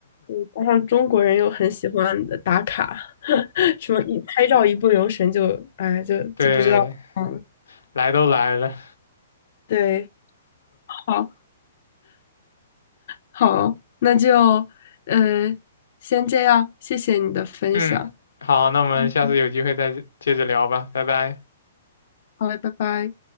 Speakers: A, on the left; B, on the left.
A: 嗯加上中国人又很喜欢的打卡，<laughs> 什么一拍照一不留神就，哎，就就不知道嗯，
B: 对，来都来了，
A: 对，好，好，那就，嗯、先这样，谢谢你的分享，
B: 嗯，好，那我们下次有机会再接着聊吧，
A: 嗯，
B: 拜拜。
A: 好嘞，拜拜。